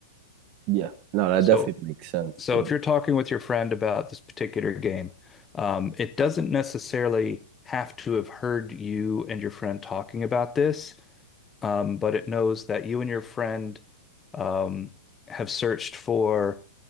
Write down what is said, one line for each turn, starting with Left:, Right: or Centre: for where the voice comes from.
Right: Yeah. No, that
Left: So
Right: definitely makes sense.
Left: so
Right: Yeah.
Left: if you're talking with your friend about this particular game, um, it doesn't necessarily have to have heard you and your friend talking about this, um, but it knows that you and your friend um, have searched for